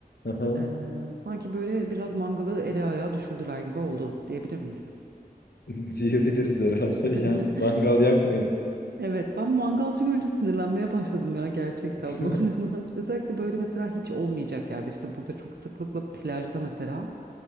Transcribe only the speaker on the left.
Aha,
<laughs> Diyebiliriz herhalde.
Ya, mangal yakmayın.
<laughs>
Hı